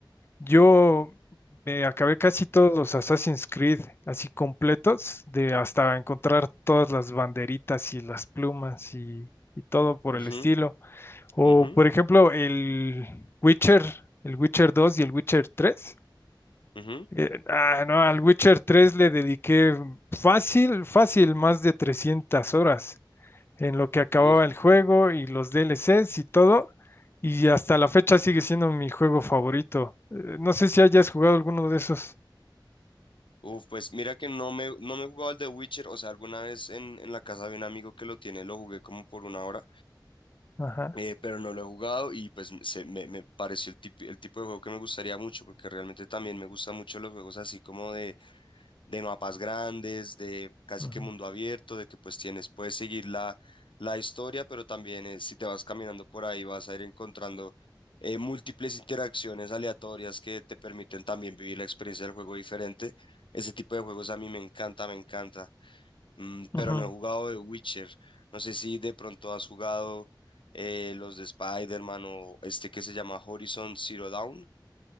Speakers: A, on the left (about 30°); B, on the left (about 80°).
A: Yo me acabé casi todos los Assassin's Creed así completos, de hasta encontrar todas las banderitas y las plumas y, y todo por
B: Ujú,
A: el estilo. O
B: ujú,
A: por ejemplo, el Witcher, el Witcher 2 y el Witcher 3.
B: ujú.
A: Eh, ah, no, al Witcher 3 le dediqué fácil, fácil, más de 300 horas en lo que acababa
B: Y Uf,
A: el juego y los DLCs y todo. Y hasta la fecha sigue siendo mi juego favorito. Eh, no sé si hayas jugado alguno de esos.
B: uf, pues mira que no me, no me he jugado el de Witcher, o sea, alguna vez en, en la casa de un amigo que lo tiene, lo jugué como por una hora,
A: Ajá.
B: eh, pero no lo he jugado y pues se- me, me pareció el tipo, el tipo de juego que me gustaría mucho, porque realmente también me gustan mucho los juegos así como de, de mapas grandes, de casi
A: ujú,
B: que mundo abierto, de que pues tienes, puedes seguir la, la historia, pero también eh, si te vas caminando por ahí vas a ir encontrando eh, múltiples interacciones aleatorias que te permiten también vivir la experiencia del juego diferente. Ese tipo de juegos a mí me encanta, me encanta. Mm, pero
A: ujú.
B: no he jugado de Witcher. No sé si de pronto has jugado eh, los de Spider-Man o este que se llama Horizon Zero Dawn.